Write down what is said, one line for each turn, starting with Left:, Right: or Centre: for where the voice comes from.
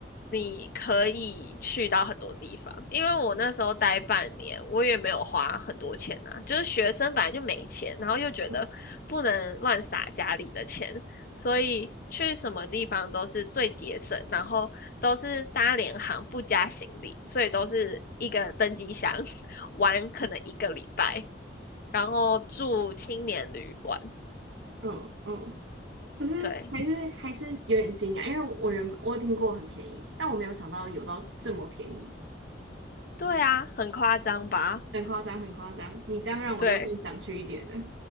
Left: 你可以去到很多地方。因为我那时候待半年，我也没有花很多钱啊，就是学生本来就没钱，然后又觉得不能乱撒家里的钱，
Right: 嗯
Left: 所以去什么地方都是最节省，然后都是搭联航不加行李，所以都是一个登机箱 <laughs> 玩可能一个礼拜。然后住青年旅馆。
Right: 嗯嗯，可是还是还是有点惊讶，
Left: 对，
Right: 因为我人我有听过很便宜，但我没有想到有到这么便宜，
Left: 对啊，很夸张吧？
Right: 很夸张，很夸张。你这样让我又更想去一点了。
Left: 对